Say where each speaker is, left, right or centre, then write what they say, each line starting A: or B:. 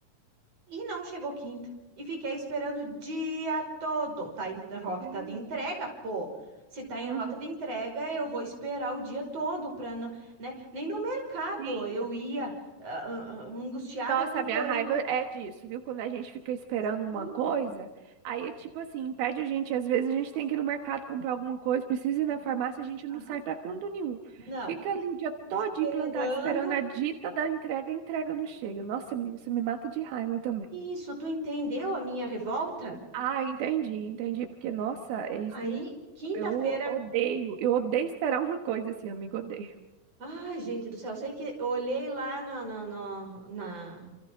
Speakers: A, on the right; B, on the right.
A: E não chegou quinta. E fiquei esperando o dia todo. Tá em rota
B: É.
A: de entrega, pô. Se tá em
B: Uhum.
A: rota de entrega, eu vou esperar o dia todo para não, né? Nem no mercado
B: Sim.
A: eu ia ah, ah, ah, angustiada
B: Nossa,
A: que o
B: a
A: correio
B: minha raiva é disso, viu? Quando a gente fica esperando
A: Sim.
B: uma coisa, aí, é tipo assim, impede a gente. Às vezes a gente tem que ir no mercado comprar alguma coisa, precisa ir
A: Sim.
B: na farmácia, a gente não
A: Aham.
B: sai pra canto nenhum.
A: Não.
B: Fica ali o dia
A: Esperando.
B: todo implantado esperando a dita da entrega, a entrega não chega.
A: Isso.
B: Nossa, me- isso me mata de raiva também.
A: Isso, tu entendeu a minha revolta?
B: Ah, entendi, entendi. Porque, nossa, é isso-
A: Aí, quinta-feira.
B: eu odeio, eu odeio esperar uma coisa assim, amigo, odeio.
A: Ai, gente do céu, sei que eu olhei lá no, no, no, na,